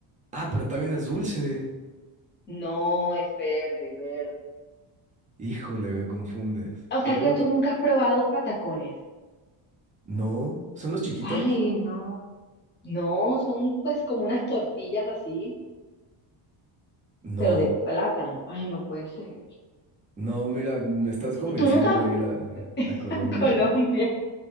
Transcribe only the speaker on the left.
No, es verde, verde.
O sea
que tú nunca has probado patacones.
Ay, no. No, son pues como unas tortillas así,
pero de plátano. Ay, no puede ser.
Tú nunca vas
<laughs>
a Colombia.